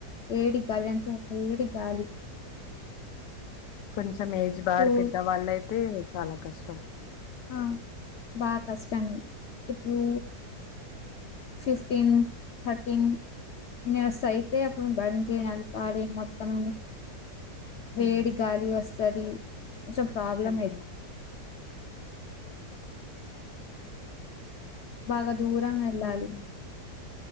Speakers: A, on the left (about 65°); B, on the left (about 85°).
A: వేడి గాలి అం తే వేడి గాలి.
B: కొంచం ఏజ్ బార్
A: ఇప్పుడు
B: పెద్ద వాళ్ళు అయితే చాలా. కష్టం.
A: ఆ బాగా కష్టం ఇప్పుడు. ఫిఫ్టీన్ థర్టీన్ ఇయర్స్ అయితే అప్పుడు బండి నడపాలి మొత్తం. వేడి
B: ఉమ్,
A: గాలి వస్తు. స్తాది కొంచం ప్రాబ్లమ్
B: అదే.
A: అయి బాగా. దూరం వెళ్ళాలి.
B: ఉమ్.